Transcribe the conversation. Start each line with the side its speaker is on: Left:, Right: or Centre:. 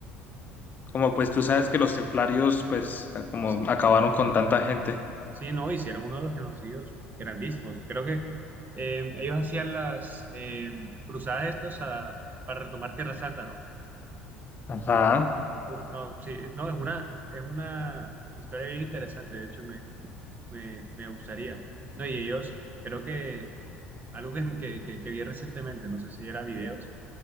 Left: Como pues tú sabes que los templarios pues como
Right: Sí.
Left: acabaron con tanta gente.
Right: Sí, no, hicieron uno de los genocidios grandísimos. Creo que eh, ellos hacían las eh, cruzadas estos a- para retomar Tierra Santa, ¿no?
Left: Ajá,
Right: Uf, no, sí, no, es una, es una historia bien interesante. De hecho, me, me, me gustaría. No, y ellos, creo que algo que, que, que que vi recientemente, no sé si era videos